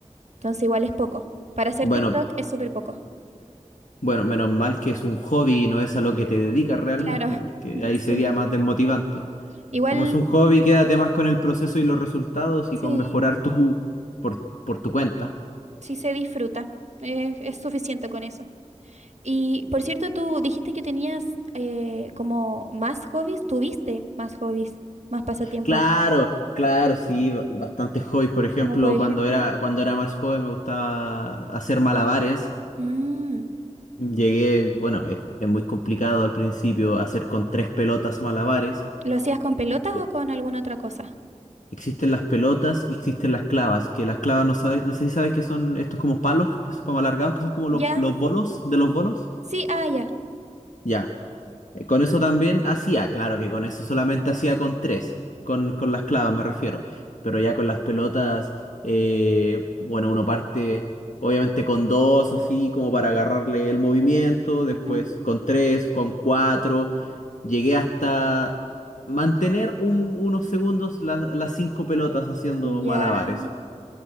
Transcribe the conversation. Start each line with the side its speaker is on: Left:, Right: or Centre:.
Right: Entonces igual es poco. Para hacer
Left: Bueno,
Right: TikTok es súper poco.
Left: bueno, menos mal que es un hobby y no es a lo que te dedicas realmente,
Right: Claro,
Left: porque ahí
Right: <laughs>
Left: sería
Right: sí.
Left: más desmotivante.
Right: Igual,
Left: Como es un hobby, quédate más con el proceso y los resultados y
Right: sí,
Left: con mejorar tú por, por tu cuenta.
Right: sí se disfruta. Eh, es suficiente con eso. Y por cierto, tú dijiste que tenías eh, como más hobbies, tuviste más hobbies, más pasatiempo,
Left: Claro, claro, sí, ba- bastantes hobbies. Por ejemplo,
Right: como por ejemplo.
Left: cuando era, cuando era más joven me gustaba hacer malabares.
Right: Mm,
Left: Llegué, bueno, es, es muy complicado al principio hacer con tres pelotas malabares.
Right: ¿lo hacías con pelotas
Left: Sí.
Right: o con alguna otra cosa?
Left: Existen las pelotas y existen las clavas, que las clavas no sabes, no sé si sabes que son estos como palos, que son como alargados, que son como
Right: Ya,
Left: los, los bolos de los bolos.
Right: sí, ah, ya.
Left: Ya. Eh, Con eso también hacía, claro que con eso solamente hacía con tres, con, con
Right: Mm,
Left: las clavas me refiero, pero ya con las pelotas, eh, bueno, uno parte obviamente con dos, así como para agarrarle el movimiento, después
Right: ujú.
Left: con tres, con cuatro, llegué hasta mantener un- unos segundos las las cinco pelotas haciendo malabares
Right: Ya,